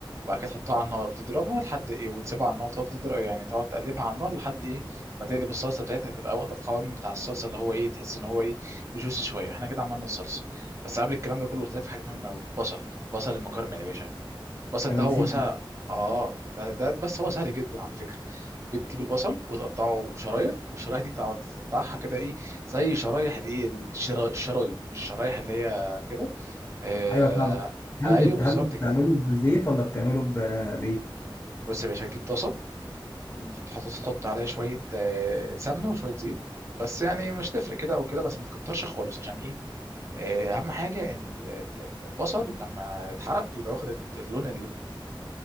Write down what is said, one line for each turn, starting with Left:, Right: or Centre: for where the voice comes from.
Right: وبعد كده تحطها على النار وتضربها لحد ايه وتسيبها على النار وتقعد تضرب يعني تقعد تقلبها على النار لحد ايه ما تقلب الصلصه بتاعتها تبقى واخده القوام بتاع الصلصه اللي هو ايه تحس ان هو ايه جوسي شويه احنا كده عملنا الصلصه بس قبل الكلام ده كله قلت لك في حاجه مهمه قوي بصل بصل المكرمل يا باشا البصل
Left: أنا
Right: ده هو
Left: نسيت
Right: سهل اه ده, ده بس هو سهل جدا على فكرة بتجيب البصل وتقطعه شرايح والشرايح دي تقع- تقطعها كده ايه زي شرايح الايه الشرا- الشرايط مش الشرايح اللي هي كده آه
Left: أيوه فاهم هل
Right: ايوه
Left: بت...
Right: بالظبط
Left: هل بتعمله
Right: كده
Left: بزيت ولا بتعمله ب... بإيه؟
Right: بص يا باشا هتجيب طاسة تحط تحط عليها شوية آه سمنة وشوية زيت بس يعني مش تفرق كده او كده بس ما تكترش خالص عشان ايه آه، اهم حاجه ان ال- ال- البصل لما يتحرق يبقى واخد اللون